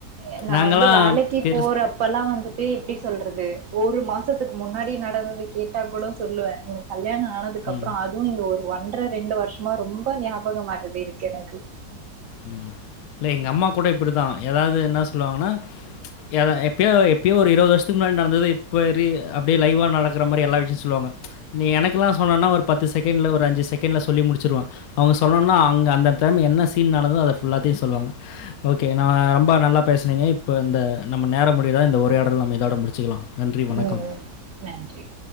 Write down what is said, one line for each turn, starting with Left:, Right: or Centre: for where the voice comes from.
Right: எ நா
Left: நாங்கலாம்
Right: வந்து வேலைக்கி
Left: பெருசு
Right: போறப்பல்லா வந்த் டே எப்டி சொல்றது ஒரு மாசத்துக்கு முன்னாடி நடந்தது கேட்டா கூட சொல்லுவே எங்க கல்யாணோ ஆனதுக்கு அப்புறோ
Left: ம்.
Right: அதுவு இது ஒரு ஒர்க் ஒன்ற ரெண்டு வருஷமா ரொம்ப ஞாபகம் மறதி இருக்கு எனக்கு
Left: ம் இல்ல எங்க அம்மா கூட இப்படிதா எதாவது என்ன சொல்லுவாங்கனா எதாது எப்பயோ எப்பயோ ஒரு இருவது வருஷத்துக்கு முன்னாடி நடந்தது இப்போயெரி அப்டியே லைவா நடக் <unintelligible> மாரி எல்லாயிடுச்சு சொல்வாங்க நீ எனக்குல்லா சொன்னனா ஒரு பத்து செ கேண்ட்ல ஒரு அஞ்சு செகேண்ட்ல சொல்லி முடிச்சிருவ அவ சொன்னான்னா அங்க அந்த தம்பி என்ன செ கண்ட் நடத்ததோ ஃபுல்லாத்தையு சொல்வாங்க ஓகே நா ரொம்ப நல்லா பேசுனீங்க இப்ப த்த நம்ம நேரோ முடியிற இந்த ஒரையாடல் நம்ம இதோட முடிச்சுக்கலா நன்றி வணக்கம்
Right: ம். நன்றி.